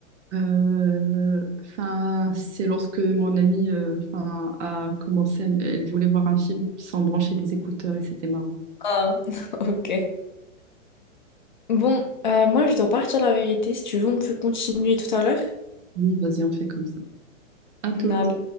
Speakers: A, on the right; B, on the left.
A: Euh, Enfin, c'est lorsque mon amie euh, enfin, a commencé, à- m- elle voulait voir un film sans brancher les écouteurs et c'était marrant.
B: Ah, <laughs> ok. Bon, euh, moi je dois partir la vérité. Si tu veux, on peut continuer tout à l'heure.
A: Oui, vas-y, on fait comme ça. À tout.
B: On a